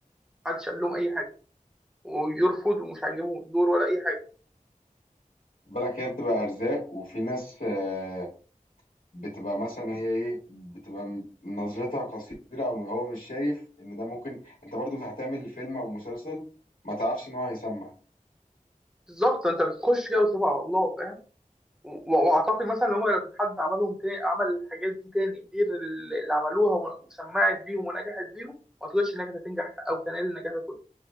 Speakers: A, in the centre; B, on the left (about 80°).
A: محدش قال لهم أي حاجة ويرفض ومش عاجبهم الدور ولا أي حاجة
B: بالك هي بتبقى ارزاق وفي ناس آه بتبقى مثلا هي ايه بتبقى م- نظرتها قصيرة او هو مش شايف ان ده ممكن انت برضو هتعمل فيلم او مسلسل ما تعرفش ان هو هيسمع
A: بالظبط انت بتخش كده وتبقى على الله فاهم و- واعتقد مثلا ان هم لو كان حد عملهم تاني عمل الحاجات دي تاني غير اللي عملوها و- وسمعت بيهم ونجحت بيهم ما اعتقدش انها كانت هتنجح او تنال النجاح ده كله